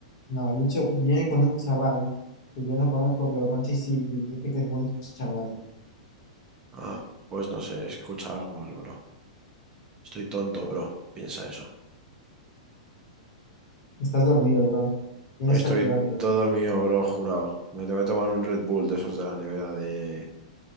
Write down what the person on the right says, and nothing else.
Ah, pues no sé, escucha algo mal, bro. Estoy tonto, bro. Piensa eso.
Estoy
todo mío, bro, jurado. Me tengo que tomar un Red Bull de esos de la nevera de,